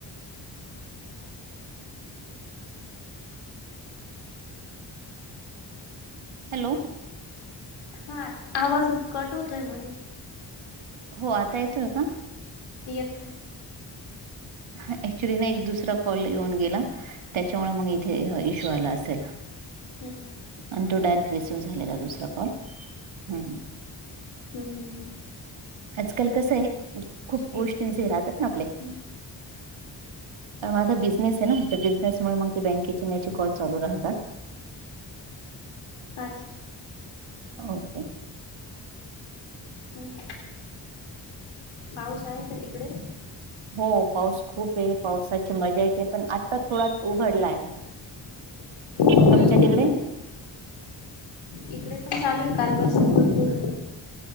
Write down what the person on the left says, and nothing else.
हा आवाज कट होतोय मध्ये
नियत
हम्
हम् हम् हं
ठीक
हम्म
अच्छा
हम पाऊस आहे का तिकडे?
हम्म
हम्म
इकडे पण चालू आहे. कालपासून भरपूर